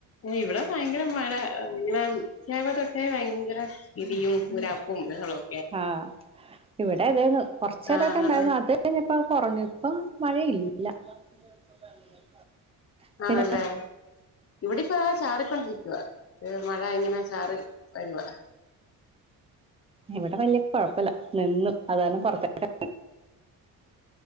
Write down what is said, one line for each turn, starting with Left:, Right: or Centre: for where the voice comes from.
Left: ഇവിടെ ഭയങ്കര മഴ ഇങ്ങനെ രാവിലെ തൊട്ടേ ഭയങ്കര ഇടിയും ഊരാപ്പും ബഹളം
Right: ആഹ് ഇവിടെ ഇതായിന്ന് കുറച്ചു നേരൊക്കെ
Left: ആഹ്
Right: ഇണ്ടായിരുന്നു അത്കഴിഞ്ഞപ്പോ കുറഞ്ഞു ആഹ് മഴയില്ല <unintelligible>
Left: ആണല്ലേ
Right: പിന്നെ
Left: ഇവിടെപ്പോ ചാറിക്കൊണ്ടിരിക്കുവ ഏ മ താ എങ്ങനെ ചാറി വരുവാ
Right: ഇവിടെ വല്യ കുഴപ്പില്ല നിന്നു അതാരണം പുറത്തേട്ട